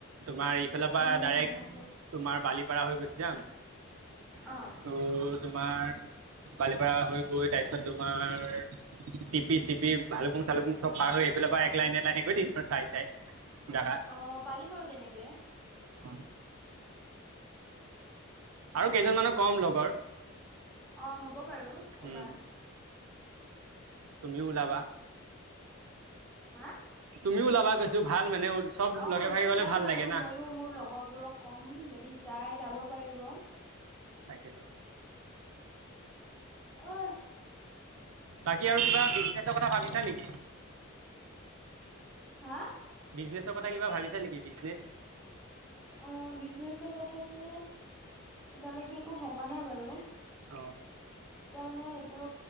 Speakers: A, on the right; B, in the centre.
A: তোমাৰ ইফালৰ পৰা
B: উম
A: ডাইৰেক্ট
B: হ'ব
A: তোমাৰ বালিপাৰা হৈ গুচি যাম
B: অ
A: ত, তোমাৰ বালিপ হৈ গৈ তাৰপিছত তোমাৰ চি চিপি ভালুকং চালুং চব পাৰ হৈ স এইফালৰ পৰা এক লাইনে এ লাইনে গৈ দম এক চাই - চাই জাগা
B: অ, পাৰি বাৰু তেনেকে।
A: অ আৰু কেইজনমানানহ কম লগৰ।
B: অ, হ'ব বাৰু ক'বা।
A: উম তুমিও ওলাব।
B: হা
A: তুমিও ওলাবা কৈছো ভাল মানে চব
B: অ,
A: লগে ভাগে
B: মই
A: গলে
B: ওলাম
A: ভাল
B: বাৰু
A: লাগে না
B: ময়ো মোৰ লগৰবোৰক ক'ম যদি যাই যাব পাৰিব।
A: তাকেটো
B: অহ,
A: বাকী আৰু কিবা বিজনেচৰ কথা ভাবিছা নেকি
B: হা
A: বিজনেছৰ কথা কিবা ভাবিছা নেকি বিজনেছ।
B: অ' বিজনেচৰ কথাাতটো এতিালৈকে একো ভব পোৱা নাই বাৰু এতিয়া
A: অ
B: মানে এইটো